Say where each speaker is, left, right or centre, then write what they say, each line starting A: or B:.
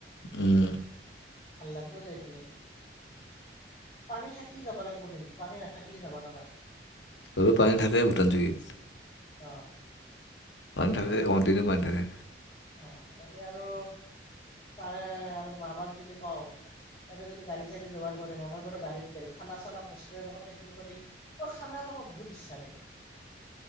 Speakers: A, on the left; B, on the left.
A: উম,
B: ভাল লাগব যাই ফেলে। পানী থাকলি যাব লাগব কিন্তু পানী নাথাক, থাকিলি যাবা নৰা।
A: ওঃ পানী থাকে ভূটান চকিত।
B: অহ,
A: থাকে কণ্টিনিও পানী থাকে।
B: অ, তাতে আৰু তাৰে আৰু মামাক যদি কওঁ তাতে যদি গাড়ী- চাড়ী যোগাৰ কৰে মামাই বাৰু গাড়ীত গেল, খানা- চানা বস্তু এনেকুৱা পেকিং কৰি বৰ খানা খাব বহুত ইচ্ছাৰে।